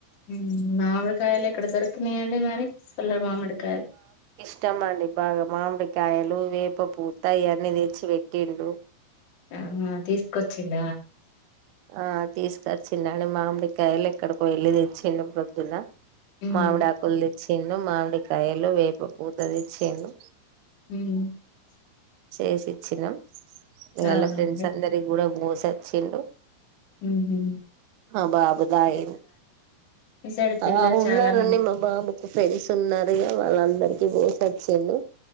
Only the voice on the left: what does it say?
మ్ మావిడు కాయాల ఎక్కడ దొరకినయ్ అండి మరి సల్ల మామీడి కాయల్
అవునా తీసుకొచ్చిండ
ఉమ్
మ్
అవునండి
మ్ హు
మీ సైడ్ పిల్లలు
చాలా మంది